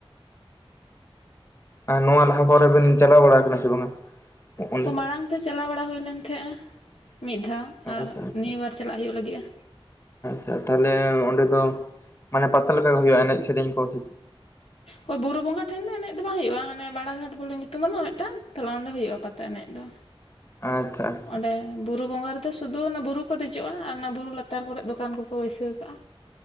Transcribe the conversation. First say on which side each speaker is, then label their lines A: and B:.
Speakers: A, on the left; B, on the left.
A: ᱟᱨ ᱱᱚᱣᱟ ᱞᱟᱦᱟ ᱯᱚᱨᱮ ᱵᱤᱱ ᱪᱟᱞᱟᱣ ᱵᱟᱲᱟ ᱠᱟᱱᱟ ᱥᱮ ᱵᱟᱝᱟ ᱚᱸᱰᱮ
B: ᱢᱟᱲᱟᱝ ᱛᱮ ᱪᱟᱞᱟᱣ ᱵᱟᱲᱟ ᱦᱩᱭ ᱞᱮᱱ ᱛᱟᱦᱮᱸᱼᱟ ᱢᱤᱫ ᱫᱷᱟᱣ
A: ᱟᱪᱪᱷᱟ
B: ᱟᱨ
A: ᱟᱪᱪᱷᱟ
B: ᱱᱤᱭᱩ ᱵᱟᱨ ᱪᱟᱞᱟᱜ ᱦᱩᱭᱩᱜ ᱞᱟᱹᱜᱤᱫᱼᱟ
A: ᱟᱨ ᱛᱟᱦᱞᱮ ᱚᱸᱰᱮ ᱫᱚ ᱢᱟᱱᱮ ᱯᱟᱛᱟ ᱞᱮᱠᱟ ᱜᱮ ᱦᱩᱭᱩᱜᱼᱟ ᱮᱱᱮᱡ ᱥᱮᱨᱮᱧ ᱠᱚ ᱥᱮ
B: ᱦᱳᱭ ᱵᱩᱨᱩ ᱵᱚᱸᱜᱟ ᱴᱷᱮᱱ ᱫᱚ ᱮᱱᱮᱡ ᱫᱚ ᱵᱟᱝ ᱦᱩᱭᱩᱜᱼᱟ ᱦᱟᱱᱮ ᱵᱟᱲᱟ ᱜᱷᱟᱴ ᱵᱚᱞᱮ ᱧᱩᱛᱩᱢ ᱵᱟᱱᱩᱜᱼᱟ ᱢᱤᱫᱴᱟᱝ ᱛᱟᱞᱮ ᱚᱸᱰᱮ ᱦᱩᱭᱩᱜᱼᱟ ᱯᱟᱛᱟ ᱮᱱᱮᱡ ᱫᱚ
A: ᱟᱪᱪᱷᱟ ᱟᱪᱪᱷᱟ
B: ᱚᱸᱰᱮ ᱵᱩᱨᱩ ᱵᱚᱸᱜᱟ ᱨᱮ ᱛᱚ ᱥᱩᱫᱩ ᱚᱱᱟ ᱵᱩᱨᱩ ᱠᱚ ᱫᱮᱡᱚᱜᱼᱟ ᱟᱨ ᱚᱱᱟ ᱵᱩᱨᱩ ᱞᱟᱛᱟᱨ ᱠᱚᱨᱮᱜ ᱫᱚᱠᱟᱱ ᱠᱚᱠᱚ ᱵᱟᱹᱭᱥᱟᱹᱣ ᱠᱟᱜᱼᱟ